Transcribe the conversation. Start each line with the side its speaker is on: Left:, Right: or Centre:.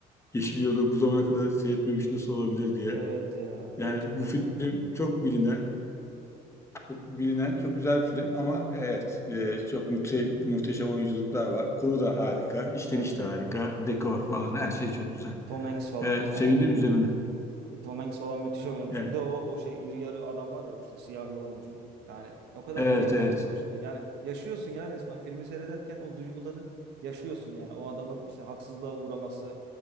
Left: Yeşil Yol'u bu zamana kadar seyretmemiş nasıl olabilir diye.
Right: Evet ya
Left: Yani
Right: gerçekten.
Left: bu film çok bilinen, çok bilinen, çok güzel bir film ama evet e, çok muhte muhteşem oyunculuklar var. Konu da harika, işleniş
Right: Evet.
Left: de harika, dekor falan her şey çok güzel.
Right: Tom Hanks falan
Left: E, sevindim
Right: yani
Left: izlemene.
Right: Tom Hanks falan müthiş oynamış.
Left: Evet,
Right: Bir de o o şey iri yarı adam var ya o işte siyahi oyuncu. Yani o kadar
Left: evet,
Right: yürekten
Left: evet. Evet,
Right: oynamış ki yani yaşıyorsun ya resmen filmi seyrederken o duyguları yaşıyorsun yani. O adamın işte haksızlığa uğraması,